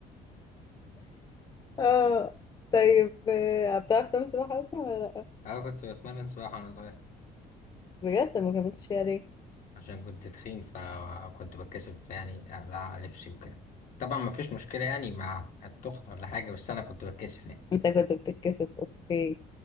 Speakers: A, on the left; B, on the left.
A: اه طيب آه، بتعرف تعمل سباحه اصلا ولا لا
B: انا كنت بتمرن سباحه وانا صغير
A: بجد ما كملتش فيها ليه
B: عشان كنت تخين فكنت بتكسف يعني اقلع لبسي وكده طبعا ما فيش مشكلة يعني مع التخن ولا حاجة بس انا كنت بتكسف يعني
A: انت كنت بتتكسف اوكي